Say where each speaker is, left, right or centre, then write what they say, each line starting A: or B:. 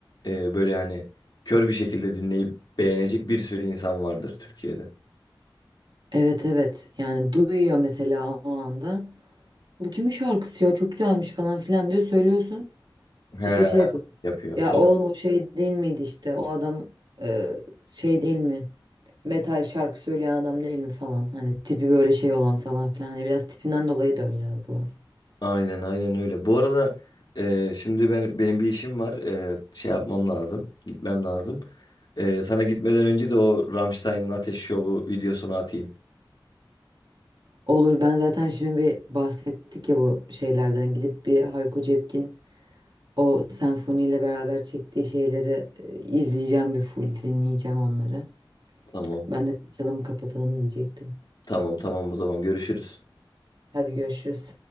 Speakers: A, on the left (about 55°); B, on the right (about 60°).
A: e, böyle yani kör bir şekilde dinleyip beğenecek bir sürü insan vardır Türkiye'de.
B: evet evet yani duyuyor mesela o anda. Bu kimin şarkısı ya çok güzelmiş falan filan diyor söylüyorsun.
A: He
B: İşte şey yapıyor.
A: yapıyor.
B: Ya
A: O,
B: oğlum o şey değil miydi işte o adam e, şey değil mi? Metal şarkı söyleyen adam değil mi falan. Hani tipi böyle şey olan falan filan. Hani biraz tipinden dolayı dön yargı var.
A: aynen aynen öyle. Bu arada e, şimdi ben benim bir işim var. E, şey yapmam lazım. Gitmem lazım. E, sana gitmeden önce de o Rammstein'ın Ateş Şovu videosunu atayım.
B: Olur ben zaten şimdi bir bahsettik ya bu şeylerden gidip bir Hayko Cepkin o senfoniyle beraber çektiği şeyleri e, izleyeceğim bir full dinleyeceğim onları.
A: Tamam.
B: Ben de açalım kapatalım diyecektim.
A: Tamam tamam o zaman görüşürüz.
B: Hadi görüşürüz.